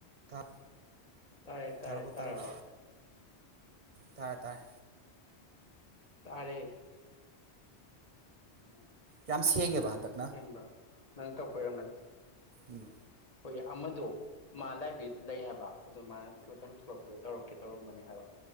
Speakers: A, on the right (about 45°); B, on the left (about 35°).
A: ꯇꯥ
B: ꯇꯥꯔꯦ ꯇꯥꯔꯦ
A: ꯇꯥꯔꯕꯣ ꯇꯥꯔꯕꯣ
B: ꯇꯥꯔꯕ
A: ꯇꯥꯔꯦ ꯇꯥꯔꯦ
B: ꯇꯥꯔꯦ ꯎꯝ
A: ꯌꯥꯝ ꯁꯦꯡꯉꯦꯕ ꯍꯟꯗꯛꯅ
B: ꯁꯦꯡꯕ꯭ꯔꯥ ꯅꯪ ꯇꯧꯔꯛꯄꯩ ꯑꯣꯏꯔꯝꯒꯅꯤ
A: ꯎꯝ
B: ꯑꯩꯏ ꯑꯃꯗꯣ ꯃꯥ ꯂꯥꯏꯕꯤꯠ ꯂꯩ ꯍꯥꯏꯕ ꯑꯗꯨ ꯃꯥꯏꯅ ꯇꯨꯔꯇꯪ ꯊꯣꯛꯂꯛꯄꯗ ꯇꯧꯔꯛꯀꯦ ꯇꯧꯔꯝꯕꯅꯤ ꯍꯥꯏꯕ